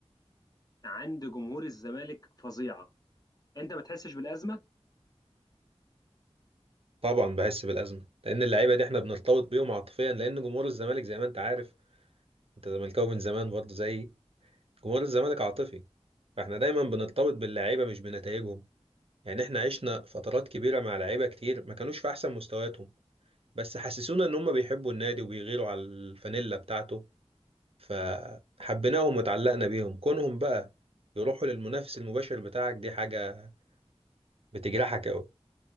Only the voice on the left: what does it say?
عند جمهور الزمالك فظيعة أنت ما تحسش بالأزمة؟